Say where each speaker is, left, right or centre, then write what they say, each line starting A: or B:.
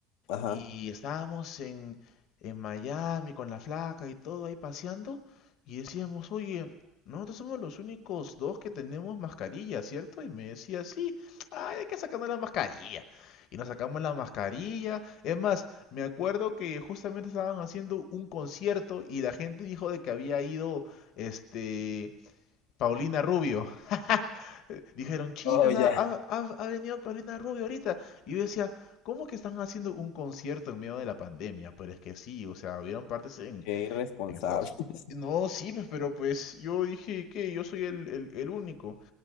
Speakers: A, on the left; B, on the left.
A: Ajá.
B: y estábamos en, en Miami con la flaca y todo ahí paseando y decíamos, oye, nosotros somos los únicos dos que tenemos mascarilla, ¿cierto? Y me decía, sí, ay, hay que sacarnos la mascarilla. Y nos sacamos la mascarilla. Es más, me acuerdo que justamente estaban haciendo un concierto y la gente dijo de que había ido, este, Paulina Rubio. <laughs> eh, dijeron, chicos,
A: Oh, ya.
B: ha, ha- ha- ha venido Paulina Rubio ahorita. Y yo decía, ¿cómo que están haciendo un concierto en medio de la pandemia? Pero es que sí, o sea, hubieron partes en,
A: Qué irresponsable.
B: en Estados Unidos.
A: <laughs>
B: No, sí, pues, pero pues yo dije que yo soy el, el- el único.